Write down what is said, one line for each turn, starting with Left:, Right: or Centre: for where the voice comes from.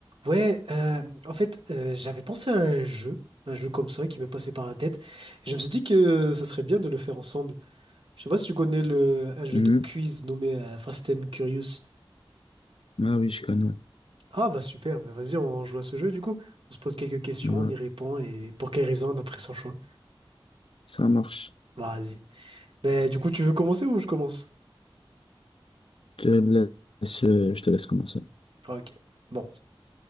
Right: Ouais, euh, en fait, euh, j'avais pensé à un jeu, un jeu comme ça qui m'est passé par la tête. Et je me suis dit que ça serait bien de le faire ensemble. Je sais pas si tu connais le, un jeu
Left: Mhm.
Right: de quiz nommé euh, Fast and Curious.
Left: Ah oui, je connais.
Right: Ah bah super, bah vas-y, on joue à ce jeu du coup. On se pose quelques questions,
Left: Ouais.
Right: on y répond et pour quelle raison on a pris son choix.
Left: Ça marche.
Right: Bah, Vas-y. Ben du coup, tu veux commencer ou je commence?
Left: Je te laisse, euh, je te laisse commencer.
Right: Ah, Ok. Bon.